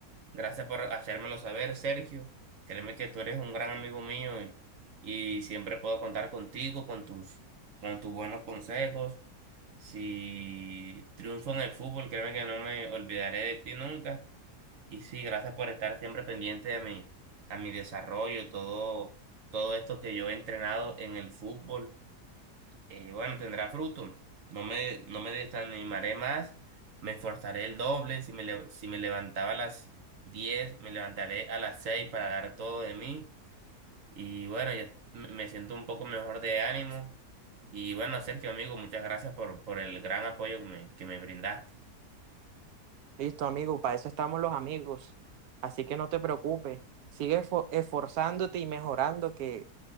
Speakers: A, on the right; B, on the right.
A: Gracias por hacérmelo saber, Sergio. Créeme que tú eres un gran amigo mío y, y siempre puedo contar contigo, con tus, con tus buenos consejos. Si triunfo en el fútbol, créeme que no me olvidaré de ti nunca. Y sí, gracias por estar siempre pendiente de mi, a mi desarrollo, todo, todo esto que yo he entrenado en el fútbol eh, bueno, tendrá fruto. No me, no me desanimaré más, me esforzaré el doble. Si me, le- si me levantaba a las 10, me levantaré a las 6 para dar todo de mí. Y bueno, ya me me siento un poco mejor de ánimo. Y bueno, Sergio, amigo, muchas gracias por, por el gran apoyo que me, que me brindaste.
B: Listo, amigo, para eso estamos los amigos. Así que no te preocupes, sigue esfor- esforzándote y mejorando que,